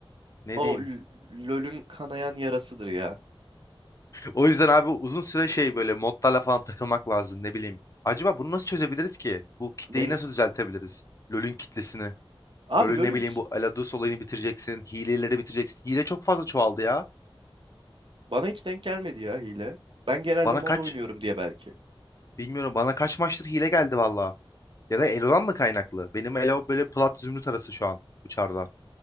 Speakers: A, on the left; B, on the right.
A: Ne
B: O
A: diyeyim?
B: L- LoL'ün kanayan yarasıdır ya.
A: O yüzden abi uzun süre şey böyle modlarla falan takılmak lazım ne bileyim. Acaba bunu nasıl çözebiliriz ki? Bu kitleyi
B: Ne?
A: nasıl düzeltebiliriz? LoL'ün kitlesini.
B: Abi
A: LoL'ün
B: LoL'ün
A: ne bileyim bu Aladus olayını bitireceksin. Hileleri bitireceksin. Hile çok fazla çoğaldı ya.
B: Bana hiç denk gelmedi ya hile. Ben genelde
A: Bana
B: mod
A: kaç?
B: oynuyorum diye belki.
A: Bilmiyorum bana kaç maçtır hile geldi valla. Ya da Elo'dan mı kaynaklı? Benim Elo böyle plat zümrüt arası şu an uçarda.